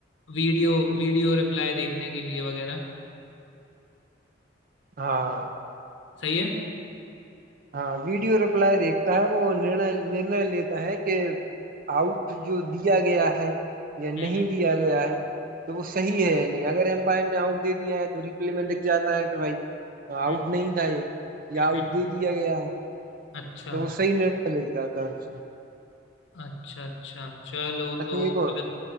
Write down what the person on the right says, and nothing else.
हाँ
हाँ वीडियो रिप्लाई देखता है वो निर्णय निर्णय लेता है कि आउट जो दिया गया है या नहीं
दिया गया है तो वो सही है या नहीं अगर एम्पायर ने आउट दे दिया है तो रिप्ले में दिख जाता है कि भाई आउट
नहीं था ये या
आउट दे दिया गया है
तो वो सही निर्णय दिख जाता है उससे
अच्छा
एक और